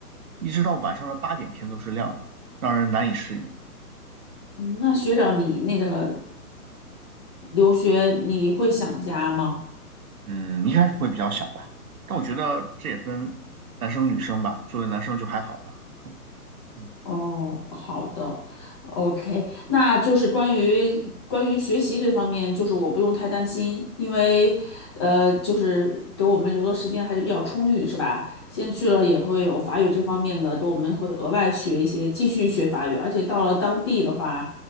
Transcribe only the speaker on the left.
嗯那学长，你那个留学你会想家吗？
哦，好的，OK，那就是关于关于学习这方面，就是我不用太担心，因为呃，就是给我们留的时间还是比较充裕，是吧？先去了也会有法语这方面的，给我们会额外学一些，继续学法语，而且到了当地的话，